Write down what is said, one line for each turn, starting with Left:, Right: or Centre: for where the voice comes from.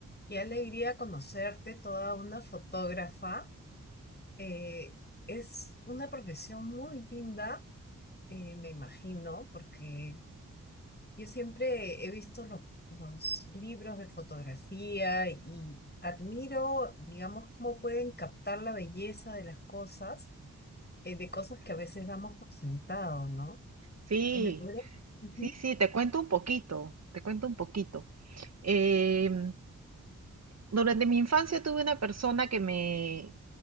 Left: Qué alegría conocerte, toda una fotógrafa. Eh, es una profesión muy linda, eh, me imagino, porque yo siempre he visto los, los libros de fotografía y admiro, digamos, cómo pueden captar la belleza de las cosas, eh, de cosas que a veces damos por sentado, ¿no?
Right: Sí,
Left: ¿Me podrías- Ujú.
Right: sí, sí, te cuento un poquito, te cuento un poquito. Em, durante mi infancia tuve una persona que me,